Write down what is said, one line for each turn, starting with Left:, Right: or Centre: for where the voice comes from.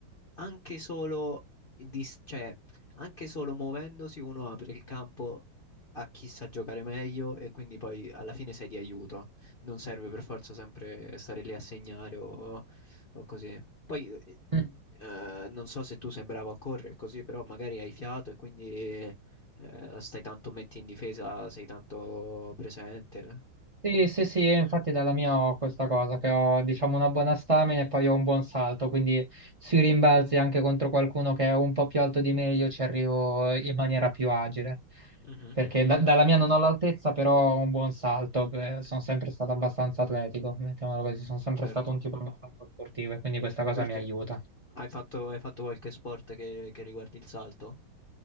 Left: anche solo, dis- cioè, anche solo muovendosi uno apre il campo a chi sa giocare meglio e quindi poi alla fine sei di aiuto. Non serve per forza sempre stare lì a segnare o, o così. Poi eh,
Right: Mm.
Left: eh, non so se tu sei bravo a correre così, però magari hai fiato e quindi eh, stai tanto metti in difesa, sei tanto presente.
Right: Sì, sì, sì, io infatti dalla mia ho questa cosa, che ho diciamo una buona stamina e poi ho un buon salto, quindi sui rimbalzi anche contro qualcuno che è un po' più alto di me io ci arrivo in maniera più agile,
Left: Mhm.
Right: perché da- dalla mia non ho l'altezza, però ho un buon salto, eh, sono sempre stato abbastanza atletico, mettiamolo così, sono sempre
Left: Certo.
Right: stato un tipo abbastanza sportivo e quindi questa cosa
Left: Perché?
Right: mi aiuta.
Left: Hai fatto, hai fatto qualche sport che, che riguardi il salto?